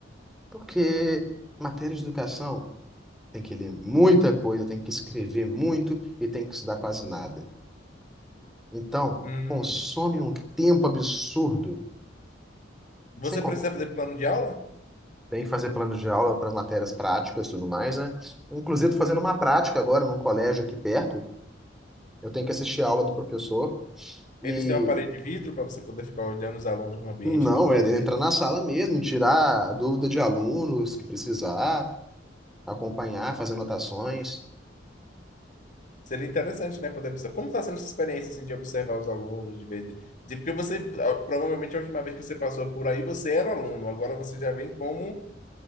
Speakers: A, in the centre; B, on the left.
A: Porque matéria de educação tem que ler muita coisa, tem que escrever muito e tem que estudar quase nada. Então,
B: Hum.
A: consome um tempo absurdo.
B: Você
A: Sem con-
B: precisa fazer plano de aula?
A: Tem que fazer planos de aula para as matérias práticas e tudo mais, né? Inclusive, tô fazendo uma prática agora num colégio aqui perto. Eu tenho que assistir a aula do professor. e
B: Eles têm uma parede de vidro para você poder ficar olhando os alunos no ambiente
A: Não,
B: natural
A: é entrar na sala mesmo, tirar a dúvida de alunos que precisar, acompanhar, fazer anotações.
B: Seria interessante, né, poder observar. Como está sendo essa experiência, assim, de observar os alunos, de ver... De, de- porque você, ah, provavelmente, a última vez que você passou por aí, você era aluno. Agora você já vem como